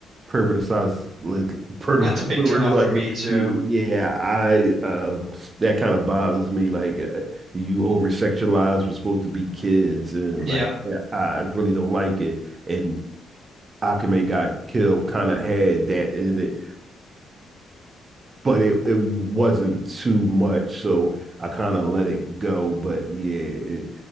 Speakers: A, on the right; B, on the right.
A: perverticized like per,
B: That's a big
A: per-
B: turnoff
A: like
B: for me too.
A: yeah I um that kind of bothers me like uh, you over sexualize what's supposed to be kids and
B: Yeah.
A: like yeah, I really don't like it and Akame got killed kind of had that in it but it, it wasn't too much so I kind of let it go but yeah